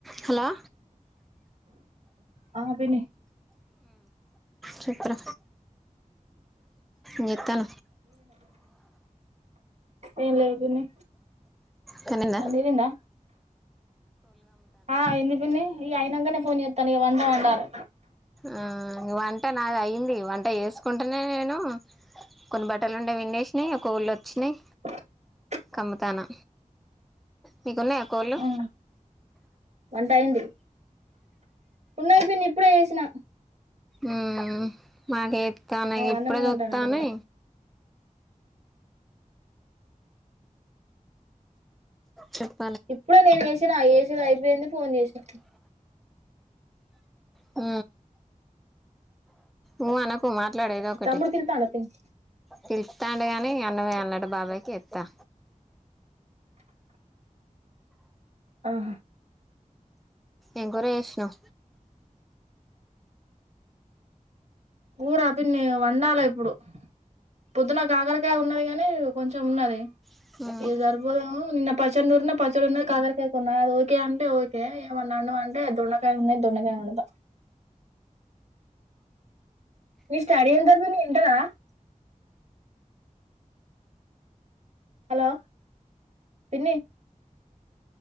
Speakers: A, in the centre; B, on the right (about 55°).
A: Hello
B: ఆ పిన్ని
A: సత్ర్ర నత్తన
B: ఏ లే పిన్ని
A: కానీంద
B: పంది తిందా ఆ ఎన్ని పిన్ని ఈ అయినంకనే పోని తన వండ వంటారు
A: ఆ వంట నాద అయింది వంట చేసుకుంట అంటనే నేను కొన్ని బట్టలు ఉండే విండేసినాయి ఒక ళ్ళ వచ్చినాయి
B: <inaudible>
A: కమ్ముతానా మీకున్నాయా కోళు
B: ఆ వంట అయింది ఉన్నయి పిన్ని ఇప్పుడే చేసినా
A: ఉ మాకేస్తాను
B: అగొ
A: ఇప్పుడే
B: అన్నమే
A: చూస్తానే
B: వండానట బావ
A: స
B: ఇప్పుడే నేను వేసిన వేసూడు అయిపోయింది ఫోన్ చేసిన
A: అ మ అన మాట్లాడేదొ ఒకటి
B: తమ్ముడు పిలుత్తాండా పిన్ని
A: పిలుస్తాండు గాని అన్నం వెయ్యాలనట బాబాయ్ కి ఏస్తా
B: ఆా
A: ఎంకరే విషణం
B: కూర పిన్ని వండాలి ఇప్పుడు పొద్దునకు ఆకరికా ఉన్నది కాగానీ కొంచెం ఉన్నది
A: చేసినావ్
B: ఇది సరిపోదేమో నిన్న పచ్చనూరున పచ్చరు కాగరకాయ కొన్నా అది ఓకే అంటే ఓకే ఏమన్నాన్నా అంటే దొండకాయ ఉన్నాయి దొన్నకాయ ఉండద న స్టడీ ఎంతి ఇంటరా హలో పీ